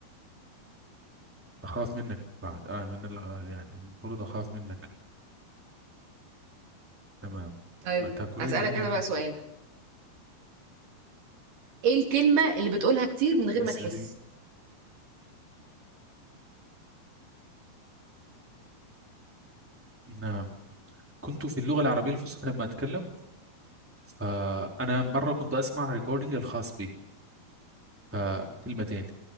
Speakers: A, in the centre; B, on the right (about 75°).
A: أخاف منك بعد آه من ال... آه، يعني المفروض أخاف منك تمام
B: طيب
A: ما تأكليني
B: هسألك
A: أنا
B: انا
A: يعني
B: بقى سؤال ايه الكلمة اللي بتقولها كتير من غير
A: اسألي
B: ما تحس
A: نعم كنت في اللغة العربية الفصحى لما أتكلم فأنا مرة كنت أسمع ريكوردينج الخاص بي فكلمتين